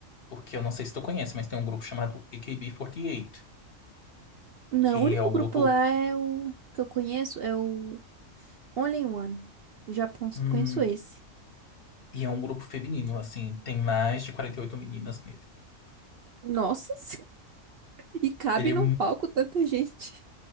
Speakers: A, on the left; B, on the right.
A: porque eu não sei se tu conhece, mas tem um grupo chamado AKB48,
B: Não,
A: que
B: o único
A: é o grupo.
B: grupo lá é o que eu conheço é o Only One. Do Japão só
A: hum,
B: conheço esse.
A: e é um grupo feminino, assim, tem mais de 48 meninas nele.
B: Nossa, <laughs> e cabe
A: Ele
B: num
A: é
B: palco tanta gente.